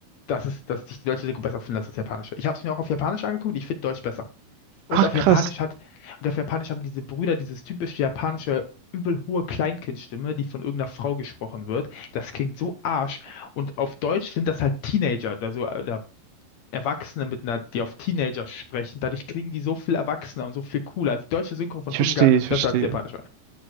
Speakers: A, on the left (about 75°); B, on the right (about 75°).
A: dass es, dass ich die deutsche Synchro besser finde als das japanische. Ich habe es mir auch auf Japanisch angeguckt, ich finde Deutsch besser.
B: Ach,
A: Und auf
B: krass.
A: Japanisch hat, und auf Japanisch haben diese Brüder dieses typische japanische übel hohe Kleinkindstimme, die von irgendeiner Frau gesprochen wird. Das klingt so Arsch. Und auf Deutsch sind das halt Teenager, also äh, oder Erwachsene mit einer, die auf Teenager sprechen. Dadurch klingen die so viel erwachsener und so viel cooler. Also die deutsche Synchro von
B: Ich
A: 25
B: verstehe, ich
A: ist
B: verstehe.
A: besser als die japanische.